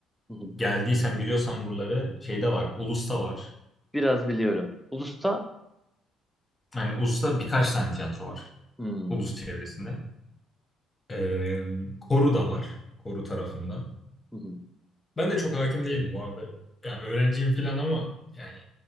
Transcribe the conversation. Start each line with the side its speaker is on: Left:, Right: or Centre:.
Centre: hı hı.
Left: geldiysen biliyorsan buraları şeyde var. Ulus'ta var.
Centre: Biraz biliyorum. Ulus'ta
Left: Yani Ulus'ta birkaç tane tiyatro var.
Centre: hmm,
Left: Ulus çevresinde. Ee, Koru da var. Koru tarafında.
Centre: hı hı.
Left: Ben de çok hakim değilim bu arada. Yani öğrenciyim falan ama yani